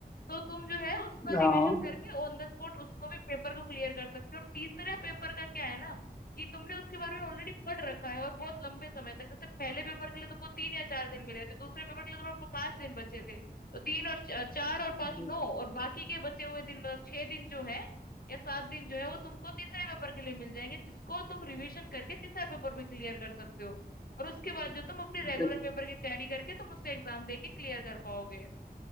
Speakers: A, on the left; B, on the left.
A: तो तुम जो है उसका
B: हाँ
A: रिवीजन करके ऑन द स्पॉट उसको भी पेपर को क्लियर कर सकते हो और तीसरा पेपर का क्या है ना कि तुमने उसके बारे में ऑलरेडी पढ़ रखा है और बहुत लंबे समय तक जैसे पहले पेपर के लिए तुमको तीन या चार दिन मिले थे दूसरे पेपर के लिए तुमको पांच दिन बचे थे तो तीन और चा- चार और पांच
B: बिल-
A: नौ और बाकी के बचे हुए दिन मतलब छह दिन जो है या सात दिन जो है वो तुमको तीसरे पेपर के लिए मिल जाएंगे जिसको तुम रिवीजन करके तीसरा पेपर भी क्लियर कर सकते हो और उसके बाद जो तुम अपने
B: बिल्कुल
A: रेगुलर पेपर की तैयारी करके तुम उसका एग्जाम दे के क्लियर कर पाओगे